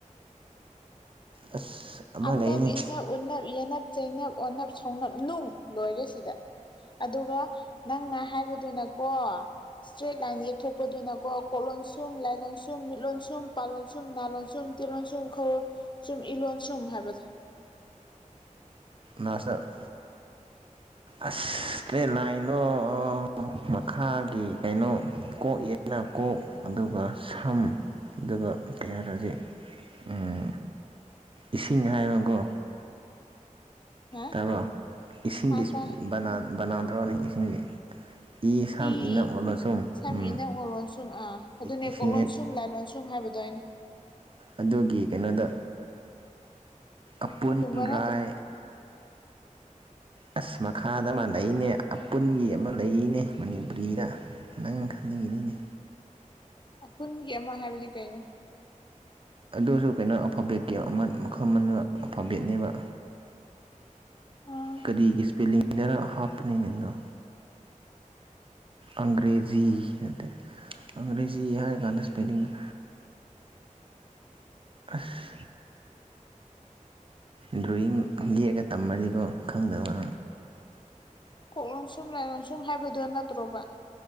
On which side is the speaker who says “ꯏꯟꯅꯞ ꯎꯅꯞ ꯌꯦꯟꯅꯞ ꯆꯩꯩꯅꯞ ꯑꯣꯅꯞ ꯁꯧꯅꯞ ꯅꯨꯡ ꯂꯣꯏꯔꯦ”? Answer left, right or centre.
Left